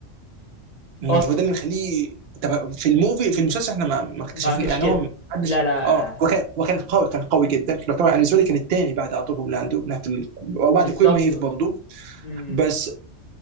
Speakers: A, on the right (about 55°); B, on the left (about 55°).
A: مم،
B: أصلًا،
A: هو ده اللي مخليه طب في الموفي في المسلسل احنا ما ما اكتشفنا
B: ما كانش
A: يعني
B: كده.
A: هو ما حدش
B: لا، لا،
A: اه وكان وكان قوي كان قوي جدا يعتبر انا بالنسبه لي كان الثاني بعد على طول هوم لاندو من ناحيه ال-
B: بالضبط،
A: وبعد كوين ميف برضه
B: إمم،
A: بس